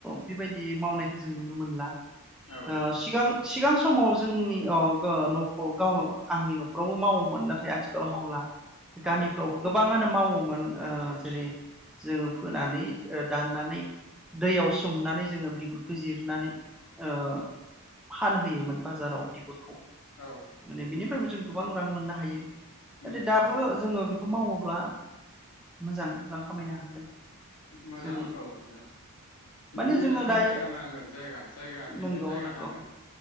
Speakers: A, in the centre; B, on the left.
A: बेबायदि मावनायखौ जों नुनो मोनला
B: आरो
A: ओ सिगां सिगां समाव जोंनि अ ओ न'खर गाव आंनि न'खरावबो मावोमोन नाथाय आथिखालाव मावला। गामिफ्रावबो
B: औ
A: गोबाङानो मावोमोन। ओ जेरै जोङो फोनानै ओ दाननानै दैयाव सोमनानै जोङो बिगुरखौ जिरनानै ओ फानहोयोमोन बाजाराव बिगुरखौ
B: औ
A: माने बिनिफ्रायबो जों गोबां रां मोननो हायो नाथाय
B: उम
A: दाबो जोङो बेखौ बेखौ मावोब्ला मोजां रां खामायनो हागोन।
B: मोजां
A: जों
B: औ मोजां खिन्थु
A: माने
B: बिनि
A: जोङो
B: थाखाय
A: दायो
B: जायगा नांगोन जायगा जायगाया मेनलि
A: नंगौ
B: जायगा
A: नंगौ
B: नांगोन